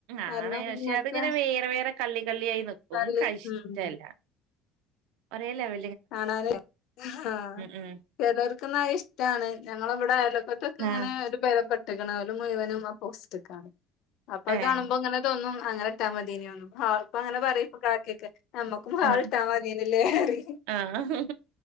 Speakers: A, on the left; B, on the right.
A: കാരണം
B: ആണ് പക്ഷെ
A: ഇങ്ങനത്തെ
B: അതിങ്ങനെ വേറെ വേറെ കള്ളി കള്ളിയായി നിക്കും
A: തള്ളി
B: ക്ക് അത് ഇഷ്ടല്ല
A: ഉം
B: ഒരേ ലെവ
A: ആണ്ലെ ഹാ
B: ഉം
A: ചിലോർക്കൊന്നത് ഇഷ്ടാണ് ഞ മ്മള ബ്ടെ അയ്ലൊ ക്കൊത്തൊക്ക ഇങ്ങനെ
B: ആഹ്
A: ഒരു ബേധപ്പെ ട്ട്ണോലു മുയുവനും ആ പോസ്റ്റ്ക്കാണ് അപ്പ അത്
B: ഏഹ്
A: കാണുമ്പോ ഇങ്ങനെ തോന്നും അങ്ങനെട്ടാ മതീനെന്നും ഹാൾ ഇപ്പ അങ്ങനെ പറയുപ്പ കാക്കെക്കെ നമ്മക്കും ഹാൾ
B: ആഹ്
A: ഇട്ടാ മതിനില്ലേ റയും
B: ആഹ്